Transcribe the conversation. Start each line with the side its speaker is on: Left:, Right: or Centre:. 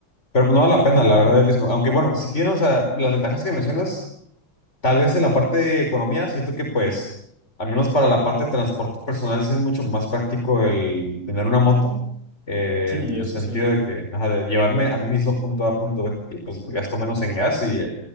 Left: Pero no vale la pena, la verdad, el riesgo. Aunque bueno, si tiene, o sea, las ventajas que mencionas, tal vez en la parte de economía, siento que pues, al menos para la parte de transporte personal, sí es mucho más práctico el tener una moto, eh,
Right: Sí,
Left: en
Right: eso
Left: el sentido
Right: sí.
Left: de que, ajá, de llevarme a mí mismo punto A, punto B, y pues gasto menos en gas y en,